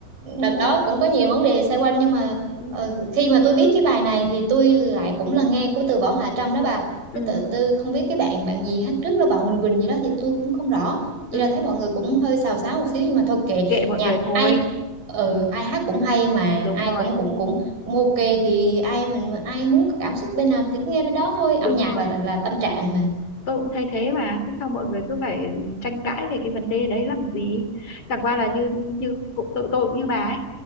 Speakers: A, on the right; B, on the left.
A: đợt đó cũng có nhiều vấn đề xoay quanh nhưng mà
B: ừ
A: ờ, khi mà tôi biết cái bài này thì tôi lại cũng là nghe của từ Võ Hạ Trâm đó bà
B: ừ
A: cái tự tư không biết cái bạn bạn gì hát trước là bạn Huỳnh Quỳnh gì đó thì tôi cũng không rõ chỉ
B: ừ
A: là thấy mọi người cũng hơi xào xáo một xíu nhưng mà thôi kệ
B: kệ mọi
A: nhạc
B: người thôi
A: ai ừ,
B: ừ,
A: ai hát cũng hay mà
B: đúng
A: ai
B: rồi
A: cũng cũng cũng cũng ok thì ai mình ai muốn cảm xúc bên nào thì cứ nghe bên đó thôi âm
B: đúng
A: nhạc là
B: rồi
A: là tâm trạng mà
B: tôi cũng thấy thế mà thế sao mọi người cứ phải tranh cãi về cái vấn đề đấy làm gì chẳng qua là như như cụ- tụi tôi cũng như bà ấy